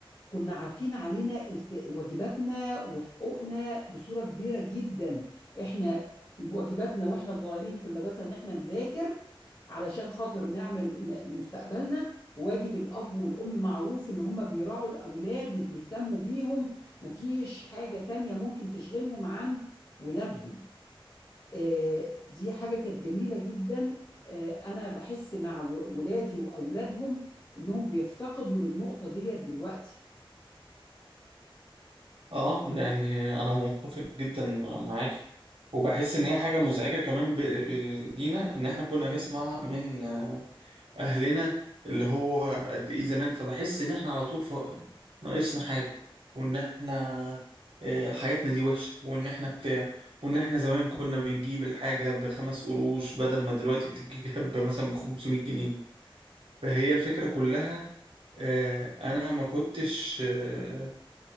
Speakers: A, on the left (about 35°); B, on the right (about 75°).
A: كنا عارفين علينا الت... واجباتنا وحقوقنا بصورة كبيرة جدا احنا واجباتنا واحنا صغيرين في المدرسة ان احنا نذاكر علشان خاطر نعمل ن- مستقبلنا واجب الأب والأم معروف إن هم بيراعوا الأولاد وبيهتموا بيهم مفيش حاجة تانية ممكن تشغلهم عن ولادهم آه، دي حاجة كانت جميلة جدا آه، أنا بحس مع و- ولادي وأولادهم إنهم بيفتقدوا للنقطة ديت دلوقتي
B: اه يعني انا متفق جدا معاك وبحس ان هي حاجه مزعجه كمان ب... ب- لينا ان احنا كنا نسمع من آه، اهلنا اللي هو قد ايه زمان فبحس ان احنا على طول ف... ناقصنا حاجه وان احنا آه، حياتنا دي وحشه وان احنا بتاع وان احنا زمان كنا بنجيب الحاجه بخمس قروش بدل ما دلوقتي بتجيب <laughs> مثلا ب 500 جنيه فهي الفكره كلها آه، انا ما كنتش آه،